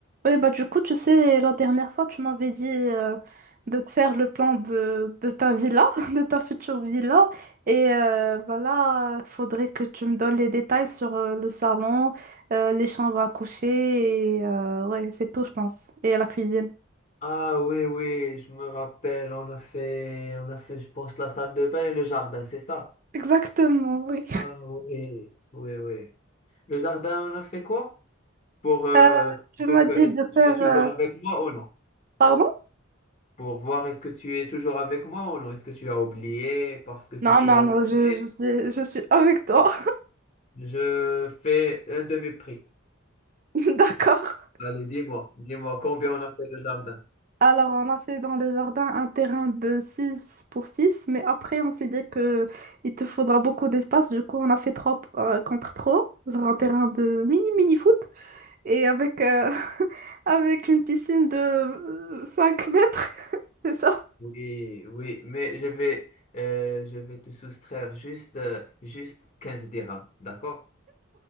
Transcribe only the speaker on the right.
Oui, bah du coup, tu sais, la dernière fois, tu m'avais dit euh, de te faire le plan de, de ta villa, <laughs> de ta future villa. Et euh, bah là, il faudrait que tu me donnes les détails sur euh, le salon, euh, les chambres à coucher, et euh, ouais, c'est tout, je pense. Et la cuisine.
Exactement, oui.
Euh, tu
m'as
dit
de
faire...
euh,
Pardon?
Non,
non,
non,
je, je suis, je suis avec toi.
<laughs> D'accord.
Alors, on a fait dans le jardin un terrain de 6 pour 6, mais après, on s'est dit que il te faudra beaucoup d'espace. Du coup, on a fait trois euh, contre trois genre un terrain de mini-mini-foot, et avec, euh, <laughs> avec une piscine de euh, 5 mètres, <laughs> c'est ça?